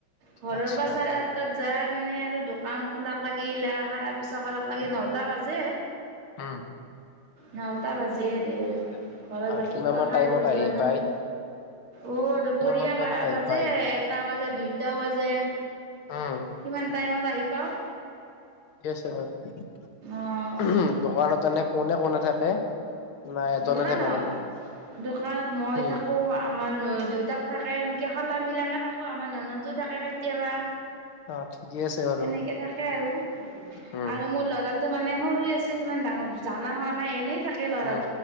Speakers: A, on the right (about 80°); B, on the left (about 80°).
A: ঘৰৰ
B: আচ্ছা
A: পৰা চাৰে যায় মানে আৰু দোকান খোলাক লাগিল সৰা পোছাক কৰাক নটা বাজে
B: উম।
A: নটা বাজিয়ে দে
B: ঠিকে আছে।
A: ঘৰত
B: আৰু
A: ৰাতিপুৱা
B: কিমান মান
A: খাই
B: টাইমত
A: বৈ যোৱা
B: আহি
A: জনে
B: পায়?
A: অ দুপৰীয়া
B: কিমান মান টাইমত আহি
A: বাজে
B: পায়?
A: এ এটা বাজে দুইটাও বাজে
B: উম
A: কিমান টাইমত আহি পাও
B: ঠিকেই আছে বাৰু
A: অ'
B: দোকানত এনে কোনে কোনে থাকে? নাই এজনে
A: দোকানত
B: থাকে মানুহ
A: দোকানত মই
B: উম।
A: থাকো আ আমাৰ দেউতাক থাকে এনেকে খলা মিলাকে থাকো আমাৰ ননন্দো থাকে কেতিয়াবা।
B: অ ঠিকেই আছে বাৰু।
A: এনেকে থাকে আৰু
B: উম
A: আৰু মোৰ লৰাটো মানে সৰু হৈ আছে সিমান ডাঙৰ জানা হোৱা নাই এনেই থাকে লৰাটো
B: উম